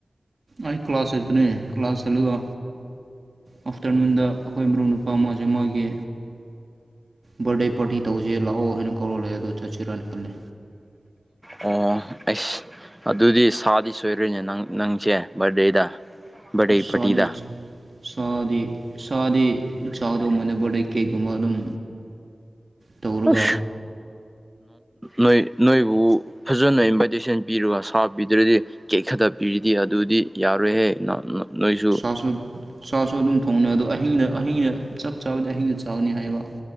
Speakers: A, on the right (about 50°); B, in the centre.
A: ꯑꯩ ꯀ꯭ꯂꯥꯁ ꯆꯠꯀꯅꯤ ꯀ꯭ꯂꯥꯁ ꯆꯠꯂꯒ ꯑꯥꯐꯇꯔꯅꯨꯟꯗ ꯑꯩꯈꯣꯏ ꯃꯔꯨꯞ ꯅꯨꯄꯥ ꯃꯥꯁꯦ ꯃꯥꯣꯏꯒꯤ ꯕꯔꯗꯦ ꯄꯥꯔꯇꯤ ꯇꯧꯖꯦ ꯂꯥꯛꯑꯣ ꯍꯥꯏꯅ ꯀꯧꯔꯜꯂꯦ ꯑꯗꯨ ꯆꯠꯁꯤꯔꯅ ꯈꯜꯂꯤ
B: ꯑꯣ ꯑꯩ ꯑꯗꯨꯗꯤ ꯁꯥꯗꯤ ꯁꯣꯏꯔꯣꯏꯅꯦ ꯅꯪꯁꯦ ꯕꯥꯔꯗꯦꯗ ꯕꯥꯔꯗꯦ
A: ꯁꯣꯗꯁ
B: ꯄꯥꯔꯇꯤꯗ
A: ꯁꯔꯤ ꯁꯥꯔꯤ ꯆꯥ ꯑꯗꯨ ꯃꯅ ꯕꯩ ꯀꯦ ꯀꯨꯝꯕ ꯑꯗꯨꯝ ꯇꯧꯔꯒ
B: ꯈ <unintelligible> ꯅꯣꯏ ꯅꯣꯏꯕꯨ ꯐꯖꯅ ꯏꯟꯚꯥꯏꯇꯦꯁꯟ ꯄꯤꯔꯒ ꯁꯥ ꯄꯤꯗ꯭ꯔꯗꯤ ꯀꯦꯛ ꯈꯛꯇ ꯄꯤꯔꯤꯗꯤ ꯑꯗꯨꯗꯤ ꯌꯥꯔꯣꯏꯍꯦ ꯅ ꯅꯣꯏꯁꯨ
A: ꯇꯁꯨ ꯆꯥꯁꯨ ꯑꯗꯨꯝ ꯊꯣꯡꯅꯤ ꯑꯗꯣ ꯑꯍꯤꯡꯗ ꯑꯍꯤꯡꯗ ꯆꯥꯛ ꯆꯥꯕꯗꯤ ꯑꯍꯤꯡꯗ ꯆꯥꯕꯅꯤ ꯍꯥꯏꯌꯦꯕ